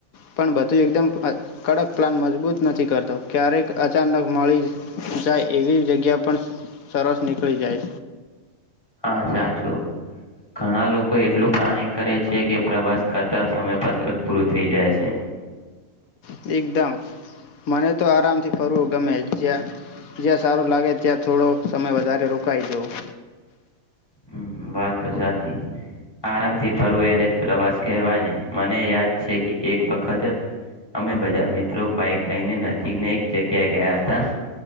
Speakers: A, on the left; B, on the left.
A: પણ બધું એકદમ કડક પ્લાન મજબૂત નથી કરતો ક્યારેક અચાનક મળી જાય એવી જગ્યા પણ સરસ નીકળી જાય
B: હા સાચું ઘણા લોકો કોઈ એટલું પ્લાનિંગ કરે છે કે પ્રવાસ્ કરતા સમયપત્રક પૂરું થઈ જાય છે
A: છે એકદમ મને તો આરામથી ફરવું ગમે જ્યાં જ્યાં સારું લાગે ત્યાં થોડો સમય વધારે રોકાઈ જવું
B: હમ વાત તો સાચી આરાામથી થી ફરવું એને જ પ્રવાસ કહેવાય ને મને યાદ છે કે એક વખતે અમે બધા મિત્રો બાઈક લઈને નજીકને એક જગ્યાએ ગયા હતા